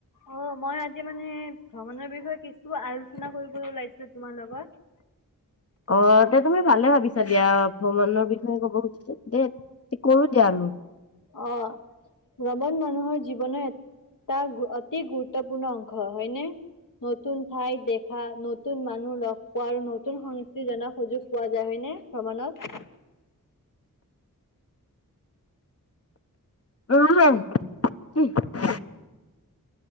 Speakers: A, on the left; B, on the left.
A: অ', মই আজি মানে, ভ্ৰমণৰ বিষয়ে কিছু আলোচনা কৰিব ওলাইছিলো তোমাৰ লগত।
B: অ', তে তুমি ভালে ভাবিছা দিয়া ভ্ৰমণৰ বিষয়ে ক'ব খুজিছা দেই কৰো দিয়া আমি।
A: অ', ভ্ৰমণ মানুহৰ জীৱনৰ তা অতি গুৰুত্বপূৰ্ণ অংশ, হয়নে? নতুন ঠাইত দেখা, নতুন মানুহ লগ পোৱা, আৰু নতুন সংস্কৃতি জনাৰ সুযোগ পোৱা যায়, হয় নে? ভ্ৰমণত।
B: <unintelligible>